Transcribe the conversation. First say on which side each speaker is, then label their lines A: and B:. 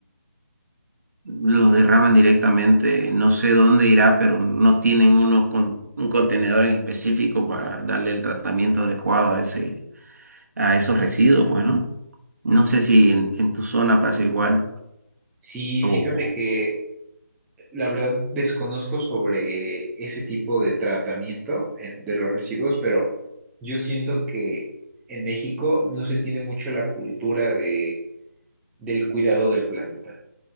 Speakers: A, on the right (about 60°); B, in the centre.
A: los derraman directamente, no sé dónde irá, pero no tienen unos con- un contenedor en específico para darle el tratamiento adecuado a ese, a esos residuos, pues, ¿no? No sé si en, en tu zona pasa igual.
B: sí,
A: o
B: fíjate que la verdad desconozco sobre ese tipo de tratamiento en- de los residuos, pero yo siento que en México no se tiene mucho la cultura de, del cuidado del planeta.